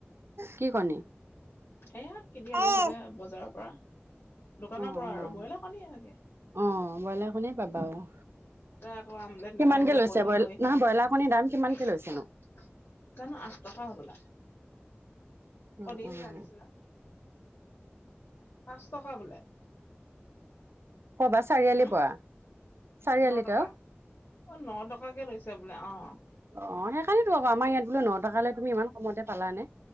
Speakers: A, on the right (about 70°); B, on the left (about 55°).
A: কি কণী?
B: এয়া কিনি আনিছিলে
A: অ',
B: বজাৰৰ পৰা দোকানৰ
A: অ',
B: পৰা আৰু ব্ৰইলাৰ কণীয়ে চাগে
A: অ', ব্ৰইলাৰ কণীয়ে পাবা অ',
B: ততে আকৌ আমলেট
A: কিমানকে
B: নাখায় যে
A: লৈছে
B: বইলহে
A: ব্ৰইলাৰ
B: কৰি
A: নহয়
B: খায়
A: ব্ৰইলাৰ কণীৰ দাম কিমানকে লৈছেনো?
B: জানো আঠ টকা হবলা
A: উম,
B: কণী
A: উম,
B: যে আনিছিলা পাঁচ টকা বোলে।
A: কবা চাৰিআলি
B: হম
A: পৰা চাৰিআলিত
B: ন টকা? অ', ন টকাকে লৈছে বোলে অ',
A: অ', সেইকাৰণেইতো আকৌ আমাৰ ইয়াত বোলে নটকালৈ তুমি ইমান কমতে পালানে?